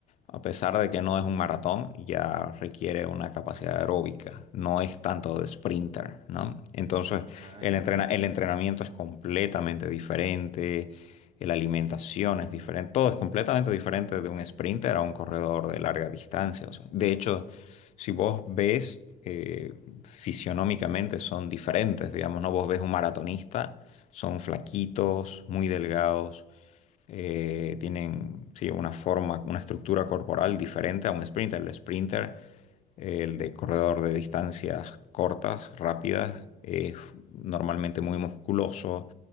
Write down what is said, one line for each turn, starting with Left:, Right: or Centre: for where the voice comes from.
Left: a pesar de que no es un maratón, ya requiere una capacidad aeróbica, no es tanto de sprinter, ¿no? Entonces
Right: Ah,
Left: el
Right: ya,
Left: entrena-
Right: ya.
Left: el entrenamiento es completamente diferente. La alimentación es diferente, todo es completamente diferente de un sprinter a un corredor de larga distancia. o sea, de hecho, si vos ves, eh, fisionómicamente son diferentes, digamos, ¿no? Vos ves un maratonista, son flaquitos, muy delgados, eh, tienen, sí, una forma, una estructura corporal diferente a un sprinter. El sprinter el de corredor de distancias cortas, rápidas, es normalmente muy musculoso,